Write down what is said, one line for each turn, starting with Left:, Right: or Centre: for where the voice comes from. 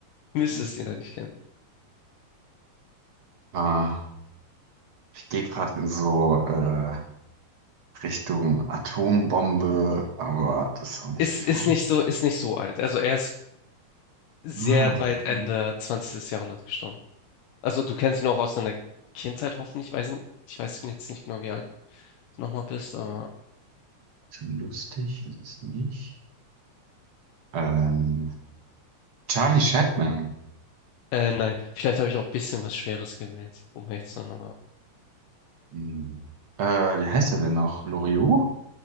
Left: müsste
Right: Lustig.
Left: es ihn eigentlich kennen.
Right: äh, ich gehe gerade in so äh, Richtung Atombombe, aber das ist auch nicht
Left: Ist,
Right: fern.
Left: ist nicht so, ist nicht so alt. Also er ist sehr
Right: Ah,
Left: weit
Right: okay.
Left: Ende 20. Jahrhundert gestorben. Also du kennst ihn auch aus deiner Kindheit hoffentlich. Weiß Ich nicht, ich weiß jetzt nicht genau, wie alt du nochmal bist, aber
Right: Schon lustig ist es nicht. Ähm, Charlie Chaplin.
Left: äh, nein. Vielleicht habe ich auch ein bisschen was Schweres gewählt, um ehrlich zu sein, aber
Right: Hm. Äh, wie heißt er denn noch? Loriot?